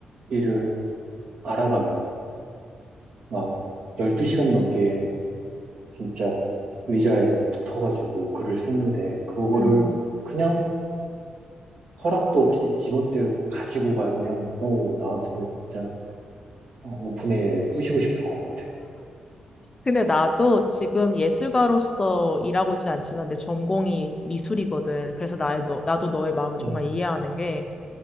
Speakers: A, on the right (about 75°); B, on the left (about 30°).
A: 일을 알아가며 막 12시간 넘게 진짜 의자에 붙어가지고 글을 쓰는데 그거를
B: 음.
A: 그냥 허락도 없이 지멋대로 가지고 가면 어우 나 같으면 진짜 어, 오픈 AI 부시고 싶을 것 같아.
B: 근데 나도 지금 예술가로서 일하고 있진 않지만 내 전공이 미술이거든. 그래서 나의 너, 나도 너의 마음을 정말
A: 음,
B: 이해하는 게,